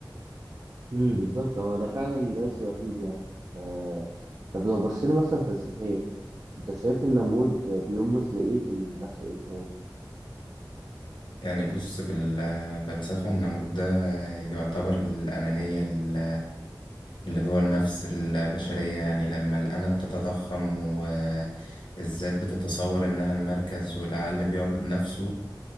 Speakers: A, on the right; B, on the left.
A: امم بالظبط هو ده فعلا درس رهيب يعني آه، طب لو بصينا مثلا فلسفيا أنت شايف النمود بيرمز لإيه في النفس الإنسانية؟
B: يعني بص في الفلسفة النمرود ده يعتبر الأنانية ال- اللي جوه النفس البشرية يعني لما الأنا بتتضخم والذات بتتصور إنها المركز والعقل بيعبد نفسه